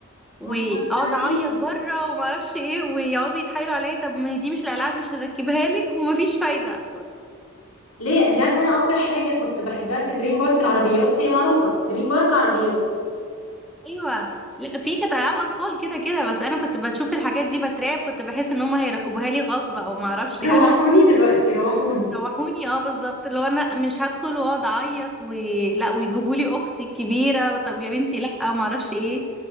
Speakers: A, in the centre; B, on the left.
A: واقعد
B: ما تهزريش
A: اعيط بره وما اعرفش ايه ويقعدوا يتحايلوا عليا طب ما هي دي مش الالعاب مش هنركبها لك ومفيش فايده
B: ليه انت عارفة انا اكتر حاجة كنت بحبها في دريم بارك العربيات هي معروفة دريم بارك عربيات
A: ايوه لا في كانت العاب اطفال كده كده بس انا كنت بشوف الحاجات دي بترعب كنت بحس ان هم هيركبوها لي غصب او ما اعرفش يعني
B: روحوني دلوقتي روحوني
A: روحوني اه بالظبط اللي هو انا مش هدخل واقعد اعيط و... لا ويجيبوا لي اختي الكبيره وطب يا بنتي لا ما اعرفش ايه